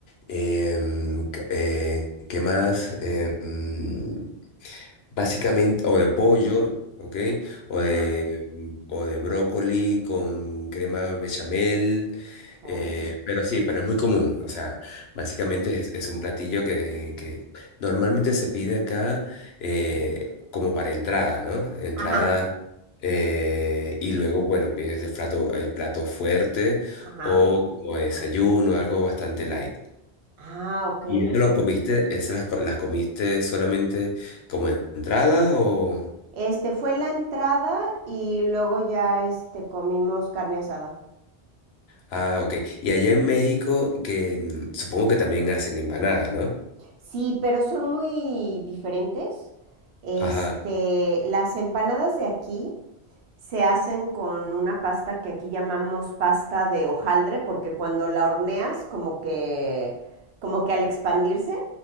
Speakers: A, on the left (about 70°); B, on the right (about 75°).
A: em, c- eh, ¿qué más? Em, Básicamente, o de pollo, ¿ok? O
B: Ajá.
A: de, mm, o de brócoli con crema bechamel.
B: Oh.
A: eh, pero sí, pero es muy común. O sea, básicamente es, es un platillo que, que normalmente se pide acá eh, como para entrada, ¿no? Entrada.
B: Ajá.
A: eh, y luego, bueno, pides el plato, el plato fuerte
B: Ajá.
A: o como desayuno, algo bastante light.
B: Ah, ok,
A: ¿Y eso
B: ok,
A: lo
B: ok.
A: comiste, esas las, co- las comiste solamente como entrada o...?
B: Este fue la entrada y luego ya este comimos carne asada.
A: Ah, ok. Y allá en México, que mm, supongo que también hacen empanada, ¿no?
B: Sí, pero son muy diferentes. Este,
A: Ajá,
B: las empanadas de aquí se hacen con una pasta que aquí llamamos pasta de hojaldre, porque cuando la horneas, como que, como que al expandirse,